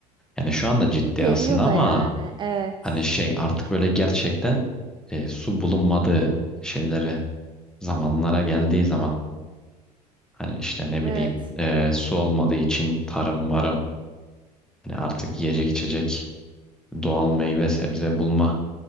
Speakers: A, in the centre; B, on the right (about 25°).
A: Yani şu anda ciddi
B: Ki geliyor
A: aslında
B: da
A: ama
B: yani. Evet.
A: hani şey artık böyle gerçekten e, su bulunmadığı şeylere zamanlara geldiği zaman hani işte ne
B: Evet.
A: bileyim e, su olmadığı için tarım marım hani artık yiyecek içecek doğal meyve sebze bulma